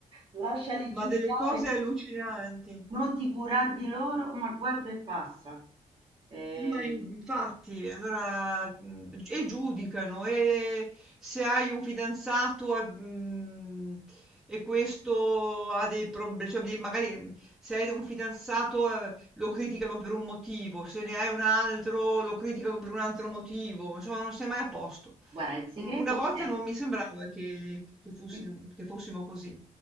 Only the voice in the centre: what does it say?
Ma
delle cose allucinanti.
Ma in- infatti, allora, mhmm, g e giudicano e se hai un fidanzato e mhmm, e questo ha dei prob cioè dei magari se hai un fidanzato, ehm, lo criticano per un motivo, se ne hai un altro lo criticano per un altro motivo, insomma non sei mai a posto.
U una volta
non mi sembrava che che fossi
che fossimo così.